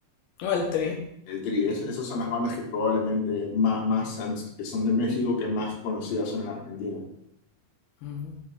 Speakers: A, on the left (about 85°); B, on the left (about 70°).
A: O al tri.
B: eh, el Tri, es- esas son las bandas que probablemente más, más han- que son de México que más conocidas son en Argentina.
A: Ujú.